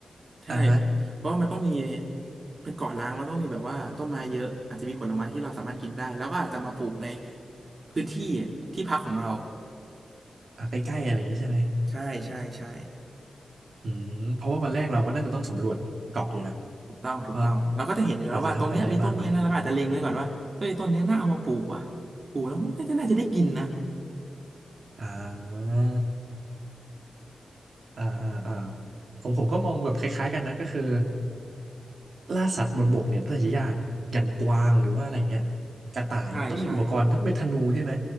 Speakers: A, on the right (about 45°); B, on the right (about 65°).
A: ใช่
B: อ่าฮะ
A: เพราะว่ามันต้องมีเป็นเกาะล้างมันต้องมีแบบว่าต้นไม้เยอะอาจจะมีผลไม้ที่เราสามารถกินได้แล้วก็อาจจะมาปลูกในพื้นที่ที่พักของเรา
B: อ่าใกล้ๆอะไรอย่างนี้ใช่ไหม
A: ใช่ใช่ใช่
B: อืมเพราะว่าวันแรกเราก็น่าจะต้องสำรวจเกาะอยู่แหละว
A: ถูกต้องถูกต้องเราก็จะเห็นอยู่แล้วว่าตรงเนี้ยมีต้นนี้นะเราก็อาจจะเล็งไว้ก่อนว่าเอ้ยต้นเนี้ยน่าเอามาปลูกว่ะ
B: ว่าพอจะทำอะไรได้บ้างไหม
A: ปลูกแล้วมันก็น่าจะได้กินนะ
B: อ่าอ่าอ่าอ่าของผมก็มองแบบคล้ายๆกันนะก็คือล่าสัตว์บนบกเนี่ยน่าจะยากอย่างกวางหรือว่าอะไรอย่างเงี้ยกระต่ายมันต้องมีอุปกรณ์ต้องเป็นธนูใช่ไหม
A: ใช่ใช่